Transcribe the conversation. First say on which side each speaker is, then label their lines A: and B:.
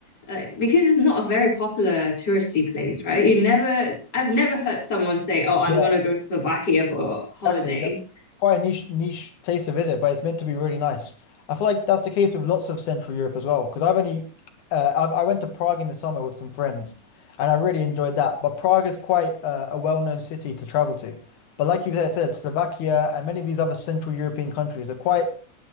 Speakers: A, on the left; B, on the left.
A: Uh, because it's not a very popular touristy place, right? You never, I've never heard someone say, "Oh, I'm
B: Yeah.
A: gonna go to Slovakia for holiday."
B: Exactly, exactly. It's quite a niche niche place to visit, but it's meant to be really nice. I feel like that's the case with lots of Central Europe as well. Because I've only, uh, I, I went to Prague in the summer with some friends, and I really enjoyed that. But Prague is quite uh, a well-known city to travel to. But like you said, said, Slovakia and many of these other Central European countries are quite